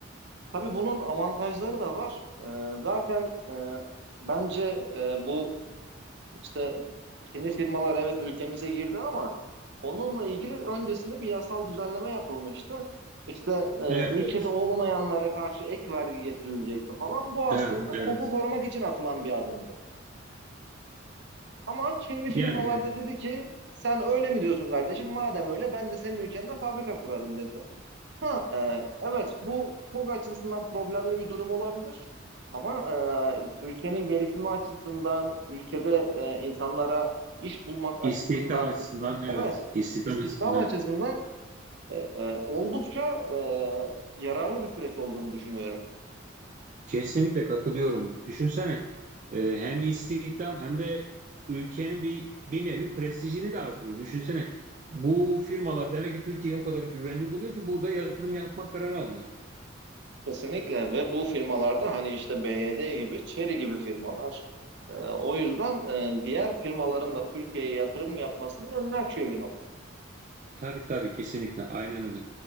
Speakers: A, on the right; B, on the right.
A: tabii bunun avantajları da var. E, zaten e, bence e, bu işte Çinli firmalar evet ülkemize girdi ama onunla ilgili öncesinde bir yasal düzenleme yapılmıştı. İşte e,
B: Evet,
A: ülkede
B: evet.
A: olmayanlara karşı ek vergi getirilecekti falan. Bu aslında
B: Evet, evet.
A: TOG'u korumak için atılan bir adımdı. Ama Çinli firmalar
B: Yani evet.
A: da dedi ki sen öyle mi diyorsun kardeşim? Madem öyle ben de senin ülkende fabrika kurarım dedi. Ha, e, evet bu çok açısından problemli bir durum olabilir. Ama e, ülkenin gelişimi açısından, ülkede e, insanlara iş bulmak açısından,
B: İstihdam açısından
A: is-
B: evet.
A: evet
B: İstihdam
A: is- istihdam
B: açısından
A: açısından
B: evet.
A: e, e, oldukça e, yararlı bir süreç olduğunu düşünüyorum.
B: Kesinlikle katılıyorum. Düşünsene e, hem istihdam hem de ülkenin bir, bir nevi prestijini de artırıyor. Düşünsene bu firmalar demek ki Türkiye'yi o kadar güvenli buluyor ki burada yatırım yapma kararı alıyor.
A: Kesinlikle ve bu firmalarda hani işte BYD gibi, Chery gibi firmalar e, o yüzden e, diğer firmaların da Türkiye'ye yatırım yapmasının önünü açıyor bir nokta.
B: Tabii tabii kesinlikle aynen öyle.